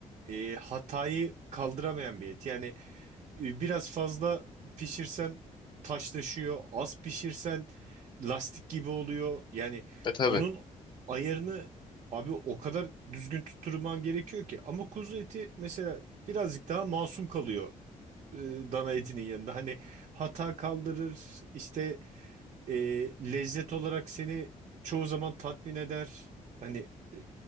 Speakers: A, on the right; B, on the left.
A: e, hatayı kaldıramayan bir et. Yani e, biraz fazla pişirsen taşlaşıyor, az pişirsen lastik gibi oluyor. Yani
B: <laughs> e tabii.
A: bunun ayarını abi o kadar düzgün tutturman gerekiyor ki. Ama kuzu eti mesela birazcık daha masum kalıyor e, dana etinin yanında. Hani hata kaldırır, işte e, lezzet olarak seni çoğu zaman tatmin eder. Hani e,